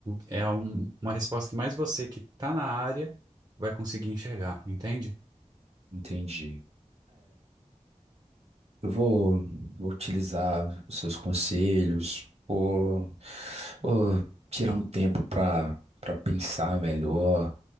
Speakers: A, on the right; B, on the right.
A: é um- uma resposta que mais você que está na área vai conseguir enxergar, entende?
B: Entendi. Eu vou, vou utilizar os seus conselhos, vou, vou tirar um tempo para para pensar melhor,